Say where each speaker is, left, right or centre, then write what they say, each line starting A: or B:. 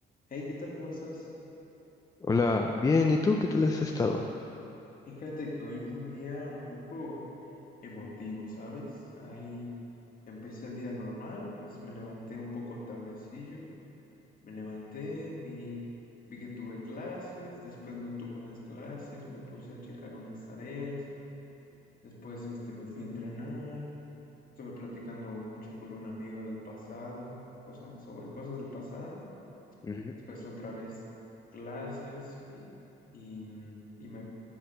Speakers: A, on the left; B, on the left.
A: Hey, ¿qué tal? ¿Cómo estás?
B: Hola, bien, ¿y tú qué tal has estado?
A: Fíjate que hoy fue un día un poco emotivo, ¿sabes? Ahí empecé el día normal, pues me levanté un poco tardecillo, me levanté, vi, vi que tuve clases, después no tuve unas clases, me puse a checar unas tareas, después este, me fui a entrenar, estuve platicando mucho con un amigo del pasado, o sea, sobre cosas del pasado.
B: Ujú.
A: Después otra vez clases y, y, mm, y me,